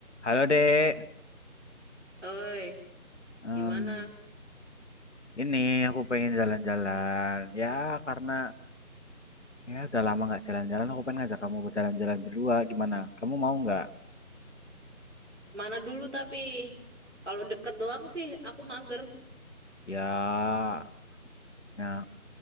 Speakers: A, on the left; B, on the right.
A: Halo Dek,
B: Oi,
A: Em,
B: gimana?
A: ini aku pengen jalan-jalan. Ya karena ya udah lama nggak jalan-jalan, aku pengen ngajak kamu berjalan-jalan berdua. Gimana? Kamu mau nggak?
B: Mana dulu tapi kalau deket doang sih aku mager.
A: Ya, nah